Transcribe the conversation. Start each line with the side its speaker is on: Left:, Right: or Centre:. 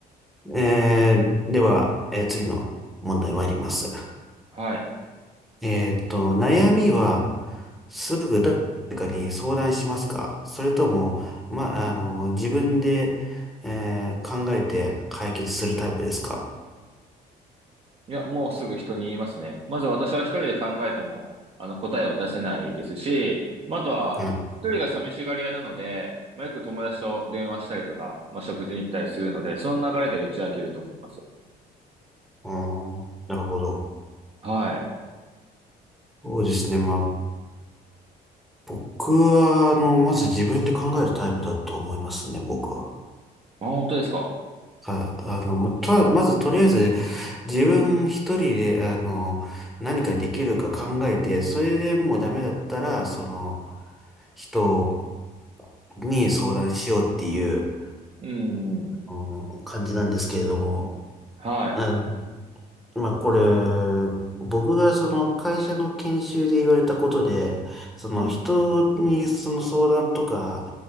Centre: えー、では、えー次の問題参ります。
Right: はい。
Centre: えーっと、悩みは、すぐ誰かに相談しますかそれとも、ま、あの、自分で、えー考えて解決するタイプですか
Right: いや、もうすぐ人に言いますね。まず私は一人で考えても、あの、答えを出せないですし、まあ、あとは、
Centre: はい。
Right: 一人が寂しがり屋なので、まあ、よく友達と電話したりとか、まあ、食事に行ったりするので、その流れで打ち明けると思います。
Centre: あーなるほど。
Right: はい。あ、
Centre: そうですね。まあ、僕は、あの、まず自分で考えるタイプだと思いますね、僕は。
Right: 本当ですか。
Centre: はい。あの、また、まずとりあえず、自分一人で、あの、何かできるか考えて、それでもうダメだったら、その、人をに相談しようっていう、
Right: うん、うん。
Centre: うん感じなんですけれども、
Right: はい。
Centre: あまあこれ、僕がその会社の研修で言われたことで、その人にその相談とか、
Right: うん、